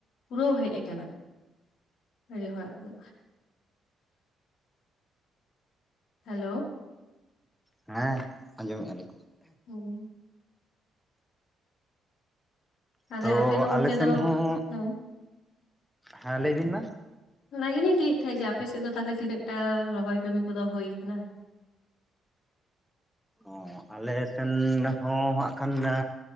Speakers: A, on the left (about 75°); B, in the centre.
A: ᱯᱩᱨᱟᱹᱣ ᱦᱮᱡ ᱟᱠᱟᱱᱟ ᱟᱹᱰᱤ ᱦᱚᱲᱟᱜ ᱜᱮ ᱦᱮᱞᱳ
B: ᱦᱮᱸ ᱟᱸᱡᱚᱢᱮᱫ-ᱟᱞᱤᱧ
A: ᱦᱮᱸ ᱛᱟᱦᱞᱮ
B: ᱛᱚ
A: ᱟᱯᱮ ᱫᱚ ᱚᱱᱛᱮ
B: ᱟᱞᱮᱥᱮᱱ
A: ᱫᱚ
B: ᱦᱚᱸ
A: ᱦᱮᱸ
B: ᱦᱮᱸ ᱞᱟᱹᱭᱵᱤᱱ ᱢᱟ
A: ᱚᱱᱟ ᱜᱮᱞᱤᱧ ᱞᱟᱹᱭᱮᱫ ᱛᱟᱦᱮᱸᱜ ᱡᱮ ᱟᱯᱮᱥᱮᱫ ᱫᱚ ᱛᱟᱦᱚᱞᱮ ᱛᱤᱱᱟᱹᱜ ᱴᱟ ᱨᱚᱦᱚᱭ ᱠᱟᱹᱢᱤ ᱠᱚᱫᱚ ᱦᱩᱭ ᱠᱟᱱᱟ
B: ᱚ ᱟᱞᱮ ᱥᱮᱱ ᱦᱚᱸ ᱦᱟᱸᱜ ᱠᱷᱟᱱ ᱫᱚ